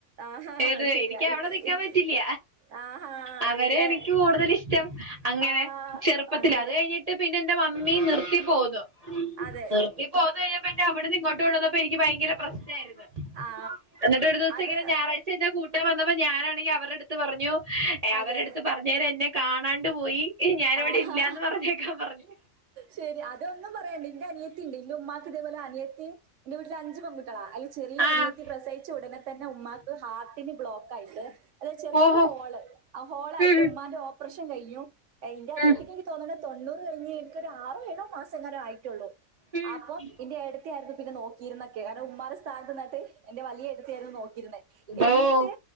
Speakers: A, on the right (about 70°); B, on the right (about 45°).
A: ആ
B: ഏത്
A: ശരിയാ
B: എനിക്ക് അവിടെ
A: ഇ
B: നിക്കാൻ
A: ഇ
B: പറ്റില്ല
A: ആഹാ അതെല്ലേ
B: അവരെ എനിക്ക് കൂടുതൽ ഇഷ്ടം. അങ്ങനെ
A: ആ
B: ചെറുപ്പത്തില്
A: അങ്ങനെ
B: അത് കഴിഞ്ഞിട്ട് ട്ട് പിന്നെ ഇന്റെ മമ്മി നിർത്തി പോന്നു
A: അതെ
B: നിർ ത്തി പോന്ന് കഴിഞ്ഞപ്പം എനിക്ക് അവിടുന്ന് ഇങ്ങോട്ട് കൊണ്ട് വന്നപ്പോൾ എനിക്ക് ഭയങ്കര പ്രശ്‌നായിരുന്നു.
A: ആ
B: എന്നിട്ട് ഒരു ദിവസം
A: അത്
B: ഇങ്ങനെ ഞായറാഴ് ച എന്നെ കൂട്ടൻ വന്നപ്പോ ഞാനാണെങ്കിൽ അവരുടെടുത്ത് പറഞ്ഞു
A: അതെ
B: അവരെ അടുത്ത് പറഞ്ഞു നേരെ എന്നെ കാണാണ്ട് പോയി. ഞാനിവിടെ
A: ആഹാ
B: ഇല്ലാന്ന് പറഞ്ഞേക്കാൻ പറഞ്ഞു.
A: ശരി അതൊന്നും പറയണ്ട് ഇന്റെ അനിയത്തി ഇണ്ട് ഇന്റെ ഉമ്മാക്ക് ഇതേപോലെ അനിയത്തിയും ഇന്റെ വീട്ടില് അഞ്ചു പെൺകുട്ടി ട്ടികളാ അയ്ല് ചെറിയ
B: ആഹ്
A: അനിയത്തി പ്രസവിച്ച ഉടനെ തന്നെ ഉമ്മാക്ക് ഹാർട്ടിന് ബ്ലോക്ക് ആയിട്ട് അതയത് ചെറിയൊരു
B: ഓഹോ
A: ഹോള് ആ ഹോളായിട്ട്
B: ഉം
A: ഉമ്മാന്റെ ഓപ്പറേഷൻ കഴിഞ്ഞു ഇന്റെ അനിയത്തിക്ക്
B: ഉം
A: എനിക്ക് തോന്നണ് തൊണ്ണൂറ് കഴിഞ്ഞ് ഇൻക്കൊരു ആറോ ഏഴോ മാസങ്ങനെ ആയിട്ടുള്ളൂ.
B: ഉം
A: അപ്പൊ ഇന്റെ ഏട്ടത്തി ആയിരുന്നു പിന്നെ നോക്കിയിരുന്നൊക്കെ കാരണം ഉമ്മാടെ സ്ഥാനത്ത് നിന്നിട്ട് എന്റെ വലിയ ഏട്ടത്തിയായിരുന്നു നോക്കിരുന്നേ.
B: ഓഹ്‌
A: എന്നിട്ട്